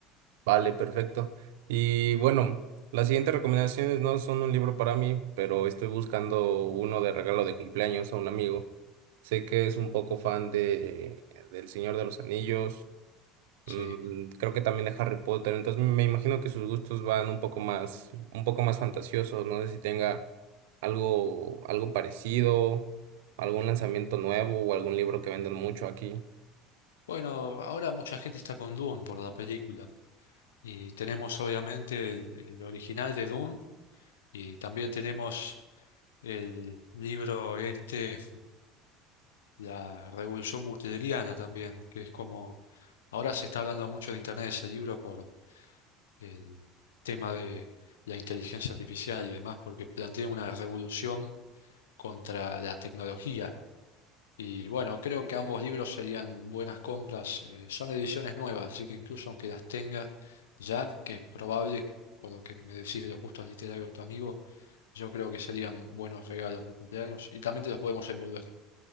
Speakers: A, on the right (about 70°); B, on the left (about 75°).
A: Vale, perfecto. Y bueno, las siguientes recomendaciones no son un libro para mí, pero estoy buscando uno de regalo de cumpleaños a un amigo. Sé que es un poco fan de del Señor de los Anillos,
B: Sí.
A: mm, creo que también de Harry Potter, entonces me imagino que sus gustos van un poco más, un poco más fantasiosos. No sé si tenga algo, algo parecido, algún lanzamiento nuevo o algún libro que vendan mucho aquí.
B: Bueno, ahora mucha gente está con Dune por la película. Y tenemos obviamente el, el original de Dune y también tenemos el libro este la revolución butleriana también, que es como, ahora se está hablando mucho de Internet de ese libro por el tema de la inteligencia artificial y demás, porque plantea una revolución contra la tecnología. Y bueno, creo que ambos libros serían buenas compras. eh, son ediciones nuevas, así que incluso aunque las tenga ya, que es probable, por lo que me decís de los gustos literarios de tu amigo, yo creo que serían buenos regalos de cumpleaños y también te los podemos envolver.